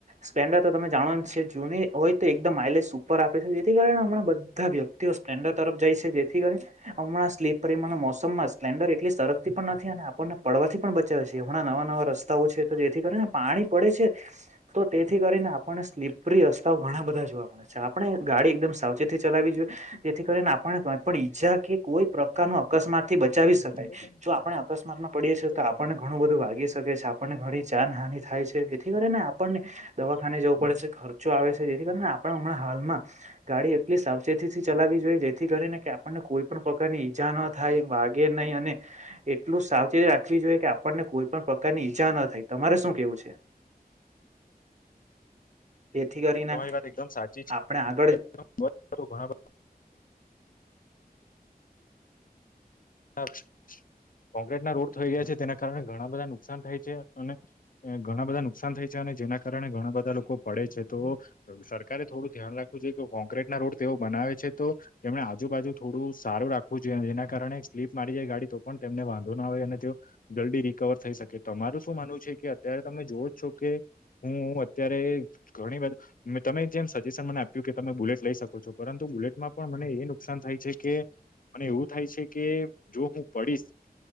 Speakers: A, on the right (about 45°); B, on the left (about 60°).
A: સ્પ્લેન્ડર તો તમે જાણો જ છે જૂની હોય તો એકદમ માઇલેજ સુપર આપે જેથી કરીને હમણાં બધા વ્યક્તિઓ સપલેન્ડર તરફ જાય છે, જેથી કરી હમણાં સ્લીપરીમાના મો સમમાં સ્પ્ન્ડર એટલી સરકતી પણ નથી અને આપણને પડવાથી પણ બચાવ છે, હમણાં નવા નવા રસ્તાઓ છે તો જે થી કરીને પાણી પડે છે, તો તેથી કરીને આપણને સ્લીપ ઉપરી રસ્તાઓ ઘણા બધા જોવા મળે છે, આપણે ગાડી એકદમ સાવચેતી ચલાવી જોઈએ જેથી કરીને આપણે કઈ પણ ઈજા કે કોઈ પ્રકાર નુ અકસ્માત થી બચાવી શકાય
B: એ તો છે ને
A: જો
B: ચાલુ
A: આપણે અકસ્માતમાં પડીએ
B: વચ્ચે
A: છીએ તો
B: જવાનું
A: આપણને ઘણું બધું વાગી શકે છે, આપણને ઘણી જાનહાની થાય છે, જેથી
B: સખત
A: કરીને આપણને દવાખાને જવું પડે છે, ખર્ચો આવે છે, જેથી કરીને આપ હમણાં હાલમાં ગાડી એટલી સાવચેતીથી ચલાવી જોઈએ જેથી કરીને કે આપણને કોઈ પણ પ્રકારની ઈજા ન થાય વાગે નય અને એટલું સાવચેતી રાખવી જોઈએ કે આપણને કોઈ પણ પ્રકારની ઈજા ન થાય તમારે શું કેવું છે. જેથી કરીને
B: તમારી વાત એકદમ સાચી છે.
A: આપણે આગળ
B: ઘણા બધા <unintelligible> કોક્રટ ના રોડ થઈ ગયા છે તેના કારણે ઘણા બધા નુકસાન થાય છે અને ઘણા બધા નુકસાન થાય છે અને જેના કારણે ઘણા બધા લોકો પડે છે તો સરકારે થોડું ધ્યાન રાખવું જોઈ કે કોંક્રીટ ના રોડ તેઓ બનાવે છે તો તેમને આજુબાજુ થોડું સારું રાખવું જોઈએ જેના કારણે સ્લીપ મારી જાય ગાડી તો પણ તેમને વાંધો ના આવે અને તેઓ જલ્દી રિકવર થઈ શકે તો તમારું શું માનવું છે કે અત્યારે તમે જોવો જ છો કે હું અત્યારે ઘણી બધ મે તમે જેમ સજેશન મને આપ્યું કે તમે બુલેટ લઈ શકો છો પરંતુ બુલેટમાં પણ મને એ નુકસાન થાય છે કે અને એવું થાય છે કે જો હું પડીશ